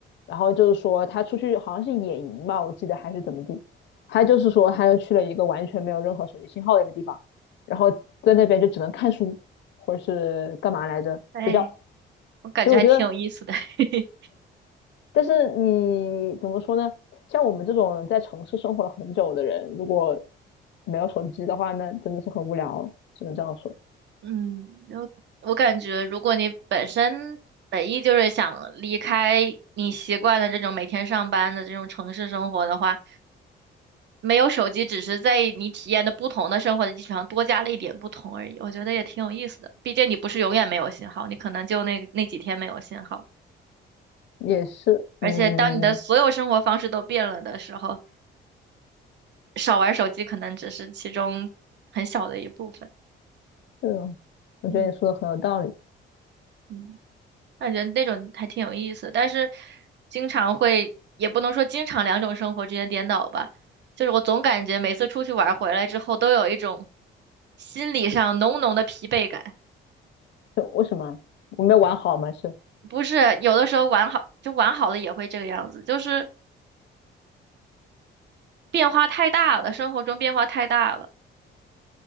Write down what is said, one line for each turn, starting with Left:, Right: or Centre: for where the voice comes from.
Left: 然后就是说他出去好像是野营吧，我记得还是怎么地，他就是说他又去了一个完全没有任何手机信号的一个地方，然后在那边就只能看书或者是干嘛来着睡觉。
Right: 哎，我感觉还挺有意思的。
Left: 所以我觉得，
Right: <laughs>
Left: 但是你怎么说呢？像我们这种在城市生活了很久的人，如果没有手机的话那真的是很无聊，只能这样说。
Right: 嗯，然后我感觉，如果你本身本意就是想离开你习惯的这种每天上班的这种城市生活的话，没有手机，只是在你体验的不同的生活的基础上多加了一点不同而已。我觉得也挺有意思的，毕竟你不是永远没有信号，你可能就那那几天没有信号。
Left: 也是，
Right: 而且当你的所有生活方式都变了的时候，
Left: 嗯，
Right: 少玩手机可能只是其中很小的一部分。
Left: 是哦，我觉得你说的很有道理。
Right: 嗯嗯。感觉那种还挺有意思，但是经常会，也不能说经常两种生活之间颠倒吧，就是我总感觉每次出去玩儿回来之后，都有一种心理上浓浓的疲惫感。
Left: 就为什么我没有玩好嘛？是，
Right: 不是，有的时候玩好，就玩好了也会这个样子，就是变化太大了，生活中变化太大了。